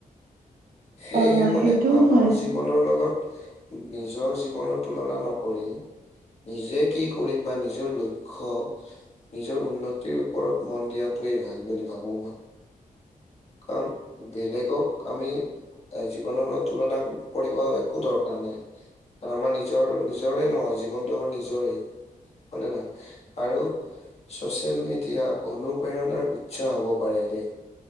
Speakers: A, on the left; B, on the right.
A: সেয়েহে
B: অ
A: মানে
B: সেইটোও
A: আনৰ
B: হয়
A: যি জীৱনৰ লগত নিজৰ জীৱনৰ তুলনা নকৰি নিজে কি কৰিম বা নিজৰ লক্ষ্য নিজৰ উন্নতিৰ ওপৰত মন দিয়াটোৱেই ভাল বুলি ভাবোঁ মই। কাৰণ বেলেগক আমি তাই জীৱনৰ তুলনা কৰিব একো দৰকাৰ নাই। আৰু আমাৰ নিজৰ নিজৰে ন' জীৱনটো আমাৰ নিজৰেই। হয় নে নহয়? আৰু ছচিয়েল মিডিয়া অনুপ্ৰেৰণাৰ উৎসাহ হ'ব পাৰে দেই।